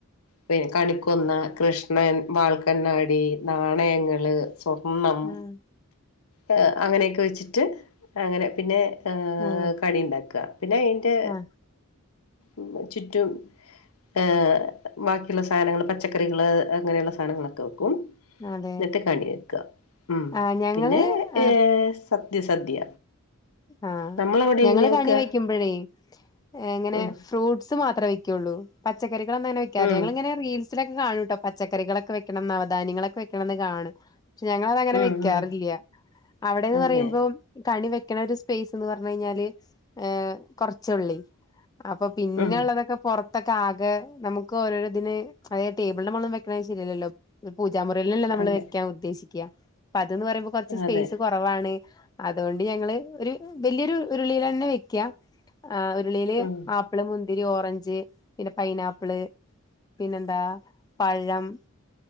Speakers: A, on the left; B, on the left.
A: പിന്നെ കണിക്കൊന്ന കൃഷ്ണൻ വാൽക്കണ്ണാടി നാണയങ്ങള്. സ്വർണ്ണം
B: ആഹ്
A: ഏഹ് അങ്ങനെയൊക്കെ വെച്ച്ട്ട് അങ്ങനെ പിന്നെ ഏഹ്
B: ആഹ്
A: കണിണ്ടാക്ക. പിന്നയ് ട്ട്
B: ആഹ്
A: ഉം ചുറ്റും ഏഹ് ബാക്കിയുള്ള സാനങ്ങള് പച്ചക്കറികള് അങ്ങനെയുള്ള സാനങ്ങളൊക്കെ വെക്കും.
B: അതെ
A: ന്നിട്ട് കണി വെക്ക, ഉം.
B: ആഹ് ഞങ്ങള്
A: പിന്നെ
B: ആ
A: ഏഹ് സദ്യ സദ്യ
B: ആഹ്.
A: നമ്മളവിടെ
B: ഞങ്ങള്
A: എങ്ങനെയാ വെക്കുക
B: കണി വെക്കുമ്പെഴേ ഏ ങ്ങനെ
A: ഉം
B: ഫ്രൂട്ട്സ് മാത്രേ വെയ്ക്കൊള്ളൂ. പച്ചക്കറികളൊന്നങ്ങനെ വെക്കാതെ,
A: ഉം
B: ഞങ്ങള്ങ്ങനെ റീ സിലൊക്കെ കാണുട്ടോ പച്ചക്കറികളൊക്കെ വെയ്ക്കണം, നവധാന്യങ്ങളൊക്കെ വെയ്ക്കണം ന്ന് കാണും. പക്ഷെ ഞങ്ങള ങ്ങനെ
A: ഉം
B: വെയ്ക്കാറില്ല്യ.
A: ഉം
B: അവിടേന്ന്
A: അതെ
B: പറയുമ്പം കണി വെയ്ക്ക്ണ ഒരു സ്പെയ്സ്ന്ന് പറഞ്ഞയ്ഞ്ഞാല് ഏഹ് കൊർച്ചൊള്ളെയ്. അപ്പൊ പിന്നെള്ളതൊക്കെ
A: ഉം
B: പൊർ ട്ടൊക്കാകെ നമുക്ക് ഓരോരതിന് അതായത് ടേബിളിന്റെ മോള്ലൊന്നും വെക്ക്ണത് ശര്യല്ലല്ലോ. പൂജാമുറീലല്ലെ നമ്മള്
A: അതെ
B: വെയ്ക്കാൻ ഉദ്ദേശിയ്ക്ക. പ്പത് ന്ന് പറയുമ്പൊ കൊർച്ച് സ്പെയ്സ്
A: അതെ
B: കൊർ കുറവാണ്. അതോണ്ട് ഞങ്ങള് ഒരു വല്യൊരു ഉരുളീലെന്നെ വെയ്ക്കാ ആഹ് ഉരുളീല്
A: ഉം
B: ആ പ്പ്ള്, മുന്തിരി, ഓറഞ്ച് പിന്നെ പൈനാപ്പിള്, പിന്നെന്താ പഴം